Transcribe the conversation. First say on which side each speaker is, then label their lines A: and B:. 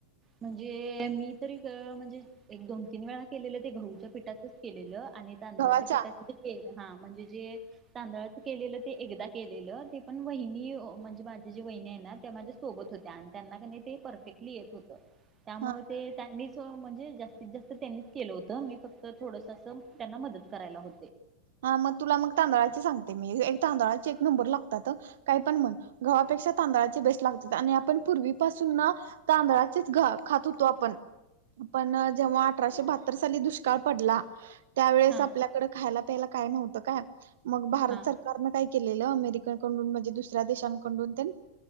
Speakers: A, on the right; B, on the right.
A: म्हणजे मी तरी अ म्हणजे एक, दोन, तीन वेळा केलेलं ते गहूच्या पिठाचच केलेलं. आणि तांदळाच्या
B: गव्हाच्या
A: पिठाचे ते केक. हा म्हणजे जे तांदळाच केलेलं ते एकदा केलेलं ते पण वहिनी म्हणजे माझी जे वहिनी आहे ना त्या माझ्या सोबत होत्या आणि त्यांना कनि ते परफेक्टली येत हो त्यामुळे
B: हा
A: ते त्यांनीचं सो म्हणजे जास्तीत जास्त तेंनीच केलं होतं मी फक्त थोडस असं त्यांना मदत करायला हो
B: हा मग तुला मग तांदळाची सांगते मी एक तांदळाचे एक नंबर लागतात ह काय पण म्हण घवापेक्षा तांदळाची बेस्ट लाग आणि आपण पूर्वी पाासून तांदळाचेच घ खात होतो आपण पण जेव्हा अठराशे बहात्तर साली दुश काळपडला त्यावेेळेस
A: हा
B: आपल्याकडें खायला त्याला काय नव्हतं काय मग भारत
A: हा
B: सरकारने काही केलेल अमेरिकेकडून म्हणजे दुसऱ्या देशांकडून